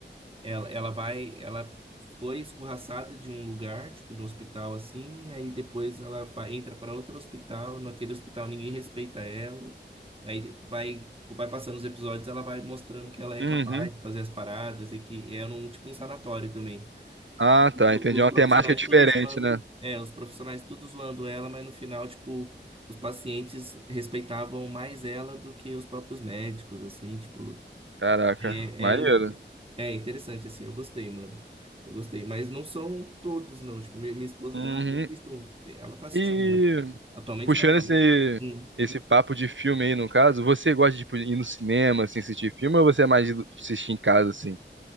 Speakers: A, on the right (about 30°); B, on the right (about 85°).
A: Ela, ela vai. Ela foi escorraçada de um lugar, tipo, de um hospital assim, aí depois ela vai, entra para outro hospital, naquele hospital ninguém respeita ela. Aí vai, tipo, vai passando os episódios, ela vai mostrando que ela é
B: Uhum.
A: capaz de fazer as paradas e que é num tipo um sanatório também
B: Ah,
A: mundo-
B: tá. Entendi.
A: Os
B: É uma
A: profissionais
B: temática diferente,
A: tudo zoando.
B: né?
A: É, os profissionais tudo zoando ela, mas no final, tipo, os pacientes respeitavam mais ela do que os próprios médicos, assim, tipo.
B: Caraca,
A: É,
B: maneiro.
A: é, é interessante, assim, eu gostei, mano. Eu gostei. Mas não são todos, não. Tipo, minha, minha esposa
B: Uhum.
A: já assiste, uns- ela tá assistindo.
B: E.
A: Atualmente
B: Puxando
A: o negócio.
B: esse,
A: Hum,
B: esse papo de filme aí, no caso, você gosta de tipo, ir no cinema, assim, assistir filme, ou você é mais de assistir em casa, assim?